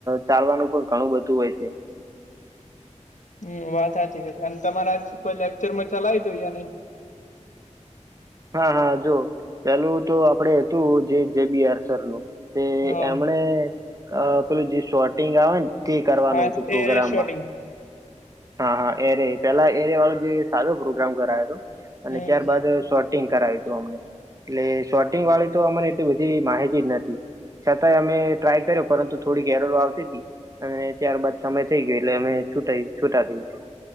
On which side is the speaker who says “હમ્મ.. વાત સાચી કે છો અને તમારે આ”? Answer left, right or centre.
Left